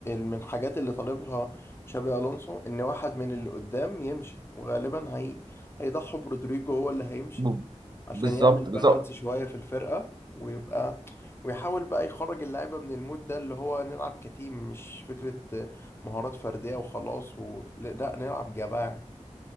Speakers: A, on the left; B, on the right.
A: من الحاجات اللي طالبها تشابي الونسو ان واحد من اللي قدام يمشي وغالبا هي هيضحوا برودريجو هو اللي هيمشي
B: ب-
A: عشان
B: بالظبط
A: يعمل بالانس
B: بالظبط
A: شوية في الفرقة ويبقى ويحاول بقى يخرج اللعيبة من المود ده اللي هو نلعب كتيم مش فكرة مهارات فردية وخلاص و... لا نلعب جماعي